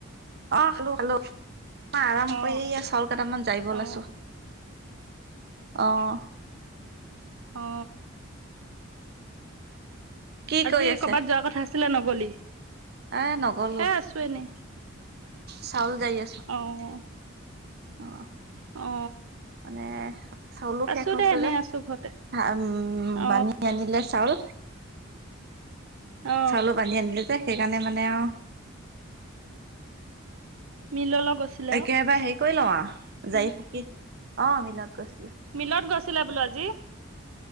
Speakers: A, on the right (about 50°); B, on the right (about 80°).
A: অ' খালো। খালো। মই আৰাম
B: অ
A: কৰি চাউলকেইটামান জাৰিব
B: অ
A: ওলাইছো। আহ
B: অ
A: কি
B: আজি
A: কৰি আছে
B: কৰ'বাত যোৱা কথা আছিলে নগলি?
A: এ নগলো
B: এ আছো এনেই।
A: চাউল জাৰি আছো
B: অ'
A: অ
B: অ
A: মানে চাউলো
B: আছো
A: শেষ হৈছে
B: দে এনে
A: যে
B: আছো ঘৰতে
A: উম।
B: অ
A: বানি আনিলে চাউল।
B: অ
A: চাউলো বানি আনিলে যে সেইকাৰণে মানে আৰু
B: মিললৈ- গৈছিলে
A: একেবাৰে
B: অ
A: হেৰি কৰি ল অ জাৰি ফুকি অ মিলত গৈছো
B: মিলত গৈছিলে বোলে আজি?